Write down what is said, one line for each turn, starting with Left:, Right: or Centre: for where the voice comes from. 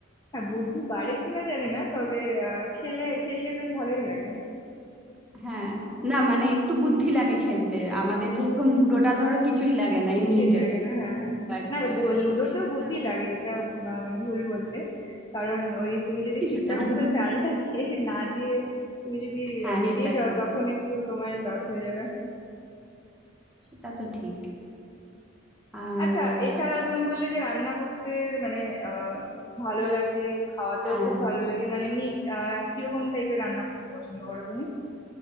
Left: হ্যাঁ বুদ্ধি বাড়ে কিনা জানি না তবে আহ খেলে খেললে বেশ ভালোই লাগে
Centre: হ্যাঁ না মানে একটু বুদ্ধি লাগে খেলতে আমাদের যেরকম লুডোটা ধরো কিছুই লাগে না
Left: কিছুই
Centre: এমনি জাস্ট
Left: লাগে না হ্যাঁ
Centre: বাট
Left: না লুডোতেও
Centre: চেস
Left: বুদ্ধি
Centre: না
Left: লাগে এটা মা- মানে ভুল বললে কারণ ওই তুমি যদি
Centre: কিছুটা
Left: ঠিকঠাক
Centre: <laughs>
Left: মতো চালটা <laughs> দিয়ে না দিয়ে তুমি যদি
Centre: হ্যাঁ
Left: আহ, বেরিয়ে
Centre: সেটা
Left: যাও
Centre: ঠিক
Left: তখন একটু তোমারই লস হয়ে যাবে
Centre: সেটা তো ঠিক আর
Left: আচ্ছা
Centre: আহ,
Left: এছাড়া তুমি বললে যে রান্না করতে মানে আহ ভালো লাগে খাওয়াতেও
Centre: হ্যাঁ
Left: খুব ভালো লাগে মানে এমনি আহ কিরকম টাইপের রান্না করতে পছন্দ করো তুমি